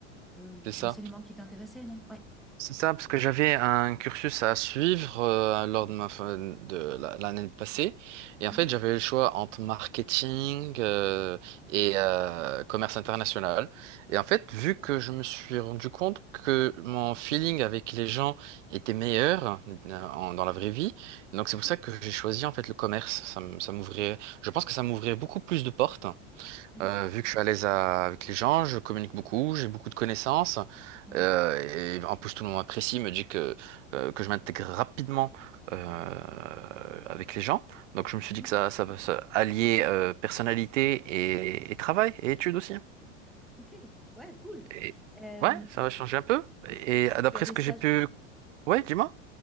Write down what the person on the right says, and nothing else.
C'est ça.
C'est ça, parce que j'avais un cursus à suivre euh, lors de ma fin de la- l'année passée. Et en
fait, j'avais le choix entre marketing euh, et euh, commerce international. Et en fait, vu que je me suis rendu compte que mon feeling avec les gens était meilleur euh, en- dans la vraie vie, donc c'est
pour ça que j'ai choisi en fait le commerce. Ça, m- ça m'ouvrait, je pense que ça m'ouvrait beaucoup plus de portes.
Euh, vu que je suis à l'aise à- avec les gens, je communique beaucoup, j'ai beaucoup de connaissances,
euh, et en plus tout le monde m'apprécie, me dit que, euh, que je m'intègre rapidement euh, avec les gens. Donc je me suis
dit que ça, ça va se allier euh, personnalité et, et travail et études aussi.
Et,
ouais, ça va
changer un peu. Et,
et
d'après
ce que
j'ai pu... Ouais, dis-moi.